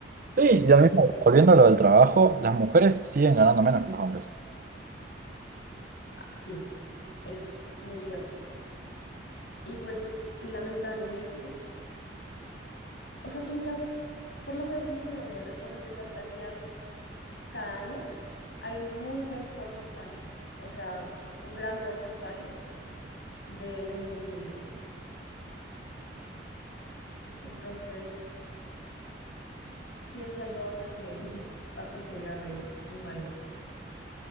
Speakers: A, on the right (about 50°); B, on the left (about 70°).
A: Sí, y lo
B: Pues son,
A: volviendo a lo del trabajo, las mujeres siguen ganando menos que los hombres.
B: ah, sí, eso es muy cierto. Y pues lamentablemente, o sea, tú miras, por lo menos en Colombia, en las tasas de mortalidad cada año hay un muy buen porcentaje, o sea, un gran porcentaje de feminicidios. Entonces, sí, eso es algo bastante, <laughs> bastante grave y, y malo.